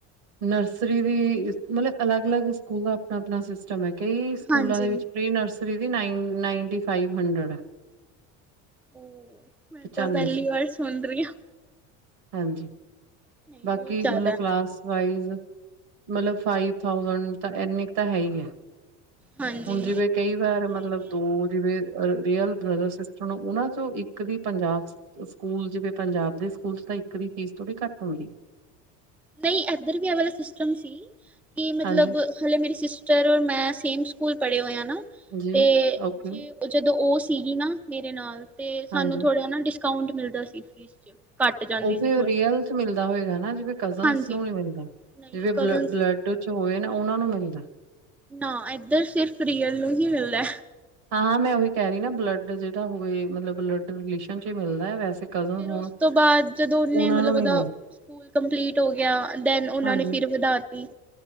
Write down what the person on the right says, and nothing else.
ਨਰਸਰੀ ਦੀ ਮਤਲਬ ਅਲੱਗ -ਅਲੱਗ ਸਕੂਲ ਦਾ ਆਪਣਾ ਆਪਣਾ ਸਿਸਟਮ ਐ। ਕਈ ਸਕੂਲਾਂ
ਦੇ ਵਿੱਚ ਪ੍ਰੀ ਨਰਸ ਰੀ ਦੀ ਨਾਈਨ ਨਾਈਨਟੀ ਫਾਈਵ ਹੰਡਰਡ ਹੈ।
ਪਚਾਨਵੇਂ
ਸੌ
ਹਾਂਜੀ,
ਬਾਕੀ
ਮਤਲਬ
ਕਲਾਸ ਵਾਈਜ਼ ਮਤਲਬ ਫਾਈਵ ਥਾਊਸੈਂਡ ਤਾਂ ਇੰਨੇ ਕੁ ਤਾਂ ਹੈ ਹੀ ਹੈ।
ਹੁਣ ਜਿਵੇਂ ਕਈ ਵਾਰ ਮਤਲਬ ਦੋ ਜਿਵੇਂ ਰੀਅਲ ਬ੍ਰਦਰ ਸਿਸਟਰ ਨੂੰ ਉਹਨਾਂ ਚੋਂ ਇੱਕ ਦੀ ਪੰਜਾਬ ਸਕੂਲ ਜਿਵੇਂ ਪੰਜਾਬ ਦੇ ਸਕੂਲ ਚ ਤਾਂ ਇੱਕ ਦੀ ਫੀਸ ਥੋੜ੍ਹੀ ਘੱਟ ਹੁੰਦੀ।
ਹਾਂਜੀ
ਜੀ
ਓਕੇ
ਹਾਂਜੀ
ਉਹ
ਫੇਰ
ਰੀਅਲ
ਚ ਮਿਲਦਾ ਹੋਏਗਾ ਨਾ ਜਿਵੇ ਕਜ਼ਨਸ
ਨੂੰ ਨੀ ਮਿਲਦਾ,
ਜਿਵੇਂ
ਬਲੱਡ ਚ ਹੋਏ ਨਾ ਉਹਨਾਂ ਨੂੰ ਮਿਲ ਓਦਾ
ਹਾਂਹਾਂ, ਮੈਂ ਉਹੀ ਕਹਿ ਰਹੀ ਨਾਂ ਬਲੱਡ ਜਿਹੜਾ ਹੋਵੇ ਮਤਲਬ ਬਲਡ ਰਿਲੇਸ਼ਨ ਚ ਮਿਲਦਾ ਐ, ਵੈਸੇ ਕਜ਼ਨਸ
ਹੋਣ
ਉਹਨਾਂ
ਨੂੰ ਨੀਂ
ਮਿਲ।
ਹਾਂਜੀ,